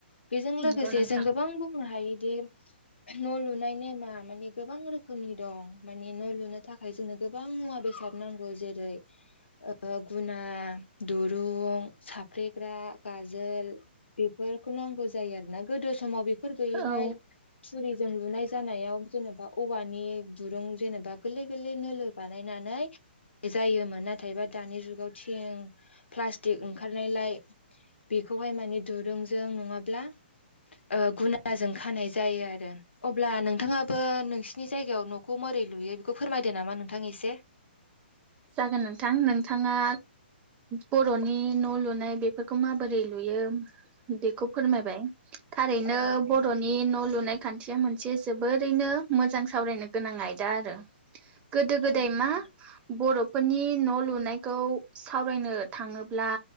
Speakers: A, on the left; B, on the right.
A: बेजों लोगोसे
B: नंगौ नोंथां
A: बां बुंनो हायोदि न' लुनाय नेमा मानि गोबां रोखोमनि दं माने न' लुनो थाखाय जोंनो गोबां मुवा बेसाद नांगौ जेरै ओ गुना दुरुं साफ्रेग्रा गाजोल बेफोरखौ नांगौ जायो आरोना गोदो समाव बेफोर गैयिलाय
B: औ
A: थुरिजों लुनाय जानायाव जेनेबा औवानि दुरुं जेनेबा गोरलै गोरलै नोलो बानायनानै जायोमोन नाथायबा दानि जुगाव थिं प्लास्टिक ओंखारनायलाय बेखौहाय माने दुरुंजों नङाब्ला ओ गुनाजों खानाय जायो आरो। अब्ला नोंथाङाबो नोंसिनि जायगायाव न'खौ मारै लुयो बेखौ फोरमायदो नामा नोंथां एसे।
B: जागोन नोंथां नोंथाङा बर'नि न' लुनाय बेफोरखौ माबोरै लुयो बेखौ फोरमायबाय। थारैनो
A: औ नोंथां
B: बर'नि
A: औ
B: न' लुनाय खान्थिया मोनसे जोबोरैनो मोजां सावरायनो गोनां आयदा आरो। गोदो गोदाय
A: औ नोंथां
B: मा बर'फोरनि न' लुनायखौ सावरायनो थाङोब्ला